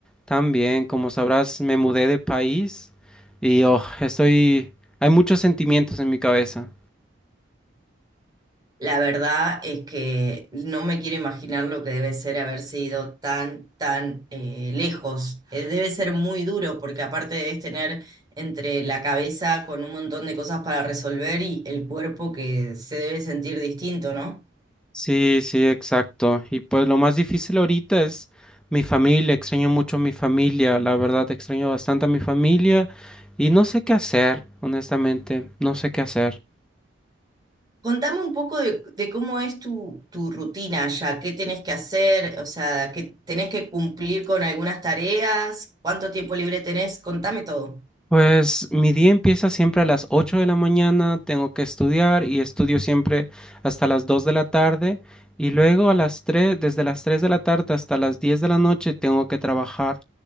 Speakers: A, in the centre; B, on the right.
A: tan bien. Como sabrás, me mudé de país y oh, estoy... Hay muchos sentimientos en mi cabeza.
B: La verdad es que no me quiero imaginar lo que debe ser haberse ido tan, tan eh, lejos. Eh, debe ser muy duro porque aparte debes tener entre la cabeza con un montón de cosas para resolver y el cuerpo que se debe sentir distinto, ¿no?
A: Sí, sí, exacto. Y pues lo más difícil ahorita es mi familia. Extraño mucho a mi familia. La verdad, extraño bastante a mi familia y no sé qué hacer, honestamente. No sé qué hacer.
B: Contame un poco de, de cómo es tu, tu rutina ya, qué tenés que hacer, o sea, que tenés que cumplir con algunas tareas, cuánto tiempo libre tenés, contame todo.
A: Pues mi día empieza siempre a las 8 de la mañana, tengo que estudiar y estudio siempre hasta las 2 de la tarde y luego a las 3, desde las 3 de la tarde hasta las 10 de la noche tengo que trabajar